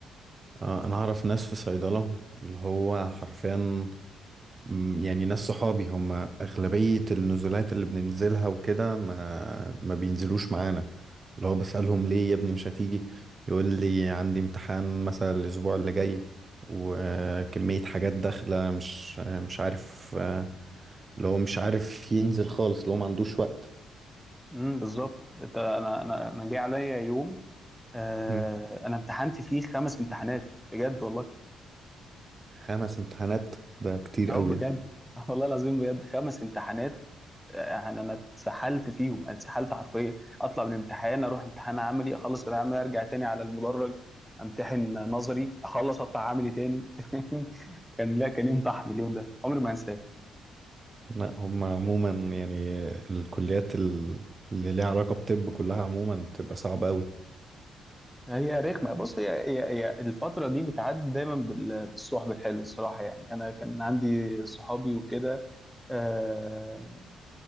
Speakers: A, on the right (about 30°); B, in the centre.
A: آه انا اعرف ناس في صيدلة اللي هو حرفيا مم، يعني ناس صحابي هم اغلبية النزولات اللي بننزلها وكده ما ما بينزلوش معانا اللي هو بسألهم ليه يا ابني مش هتيجي يقول لي عندي امتحان مثلا الاسبوع اللي جاي وكمية حاجات داخلة مش مش عارف آه، لو مش عارف ينزل خالص لو ما عندوش وقت
B: امم بالظبط انت انا انا انا جه عليا يوم آه
A: مم.
B: انا امتحنت فيه خمس امتحانات بجد والله
A: خمس امتحانات ده كتير
B: او
A: قوي
B: بجد
A: ده
B: <laughs> والله العظيم بجد خمس امتحانات آه، يعني انا اتسحلت فيهم أنا اتسحلت حرفيا اطلع من امتحان اروح امتحان عملي اخلص العملي ارجع تاني على المدرج امتحن نظري اخلص اطلع عملي تاني <laughs> كان لا كان يوم طحن اليوم ده عمري ما هنساه
A: لا هم عموما يعني الكليات ال- اللي ليها علاقة بطب كلها عموما بتبقى صعبة قوي
B: هي رخمه بص هي هي هي الفتره دي بتعدي دايما بال- بالصحب الحلو الصراحه يعني انا كان عندي صحابي وكده آه،